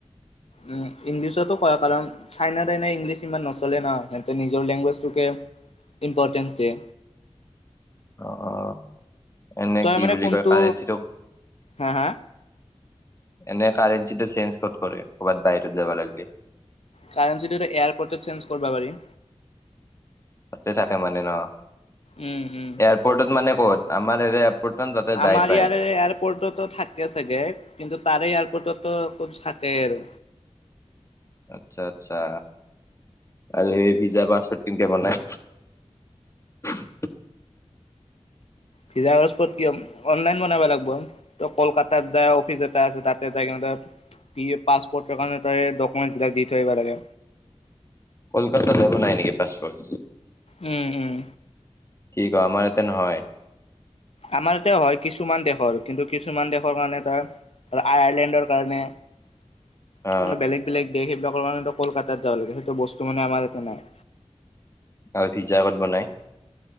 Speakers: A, on the left; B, on the left.
A: উম ইংলিছতো কয় কাৰণ চাইনা টাইনা ইংলিছ ইমান নচলে ন নিজৰ লেংগুৱেজটোকে ইম্পৰ্টেন্ঞ্চ দিয়ে
B: অ অ এনেই
A: তই
B: কি
A: মানে
B: বুলি
A: কোনটো
B: কয় কাৰেঞ্চিটো
A: হা হা
B: <inaudible> এনে কাৰেঞ্চিটো চেঞ্জ কত কৰে কৰ'ৰবাত বাহিৰত যাব লাগে
A: কাৰঞ্চিটো এয়াৰপৰ্ট চেঞ্জ কৰবা পাৰি
B: তাতে থাকে মানে ন
A: উম উম
B: এয়াৰপৰ্টত মানে ক'ত আমাৰ এয়াৰপৰ্ট ন তাতে যাই
A: আমাৰ
B: পাই
A: ইয়াৰে এয়াৰপৰ্টতো থাকে চাগে কিন্তু তাৰে এয়াৰপৰ্টত ত ক'ত থাকেই আৰু
B: আচ্ছা আচ্ছা আৰু সেই ভিজা পাছবত কেনেকে বনাই <unintelligible>
A: ভিজা পাছবত কিয়ম অনলাইন বনাব লাগিব ত কলকাত যাই অফিচ এটা আছে তাতে যাই কে পাছপৰ্ কাৰণে ত ডকুমেন্ট বিলাক দি থোয় আহিব লাগে
B: কলকাত যাব নাই নেকি পছপৰ্ট
A: উম উম
B: কি কয় আমাৰ ইয়াতে নহয়
A: আমাৰ এতিয়া হয় কিছুমান দেশৰ কিন্তু কিছুমান দেশৰ কাৰণে এ তাৰ কাৰ আয়াৰলেণ্ডৰ কাৰণে
B: অ
A: বেলেগ বেলেগ দেশ সেইবিলাকৰ কাৰানো কলকাতাত যাব লাগে সেইটো বস্তু মানে আমাৰ ইয়াতে নাই
B: আৰু ভিজ্জাত বনাই